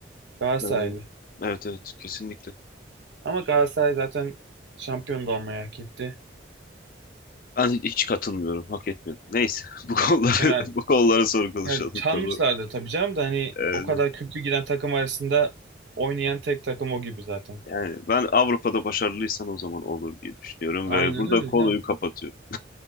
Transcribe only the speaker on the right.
Galatasaraylı.
Ama Galatasaray zaten şampiyon da olmayı hak etti.
Yani
Yani çalmışlardı
tabii canım da hani
o kadar
kötü giden takım arasında oynayan tek takım o gibi zaten.
Aynen
öyle
canım.